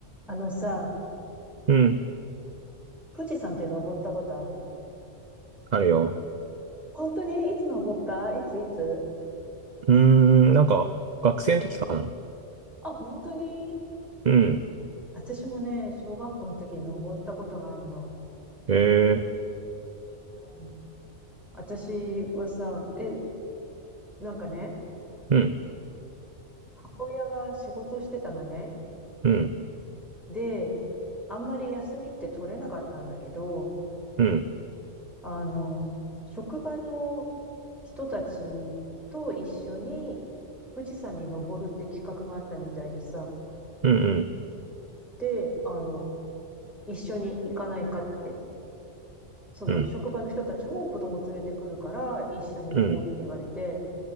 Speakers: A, in the centre; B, on the right.
A: あのさ、
B: うん。
A: 富士山って登ったことある
B: あるよ。
A: 本当にいつ登ったいついつ
B: うーん、なんか、学生の時かな。
A: あ、本当に
B: うん。
A: 私もね、小学校の時に登ったことがあるの。
B: ええ
A: うん。私はさ、え、なんかね、
B: うん、
A: 母親が仕事してたのね。
B: うん、
A: で、あんまり休みって取れなかったんだけど、
B: うん、
A: あの、職場の人たちと一緒に富士山に登るって企画があったみたいでさ、
B: うん、うん、
A: で、あの、一緒に行かないかって。その職場の人たちも子供連れてくるから一緒に行こうって言われて、
B: うん、うん、うん、